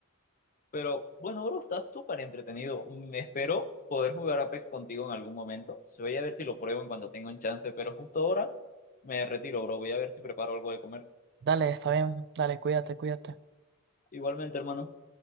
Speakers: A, on the left; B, on the right.
A: Pero bueno, bro, está súper entretenido. Mm, Espero poder jugar Apex contigo en algún momento. Voy a ver si lo pruebo en cuanto tenga un chance, pero justo ahora me retiro, bro. Voy a ver si preparo algo de comer.
B: Dale, está bien, dale, cuídate, cuídate.
A: Igualmente, hermano.